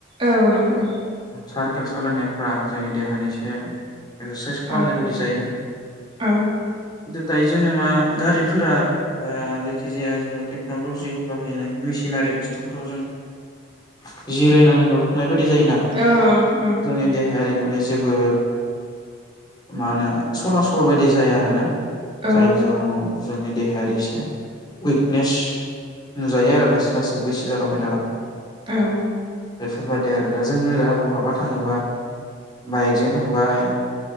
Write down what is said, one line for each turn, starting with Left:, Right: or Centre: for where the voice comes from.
Right: औ नोंगो
Left: सारकेल सालायनायफ्रा जोंनि देहानिसे एसे एक्सासाइस खालामनाय
Right: औ
Left: बायदि जायोमोन
Right: औ
Left: खिन्थु दायो जोंना मा गारिफोरा बा जायखि जाया जोंनि टेक्नलजि बाहायनाय मेसिनारि बुस्थुफोराव जों जिरायनानैल' थांनाय बायदि जायोना
Right: औ औ
Left: जोंनि देहाया माने जेबो मा होनो सला सल बायदि जाया आरोना
Right: औ
Left: जायनि जाहोनाव जोंनि देहायारि एसे उइकनेस नुजायो आरो लासै लासै बैसो जालांबाय थाबा
Right: औ
Left: बेफोरबायदि आरो दा जोंनो दा बहाबा थांङोबा बाइकजो थांबाय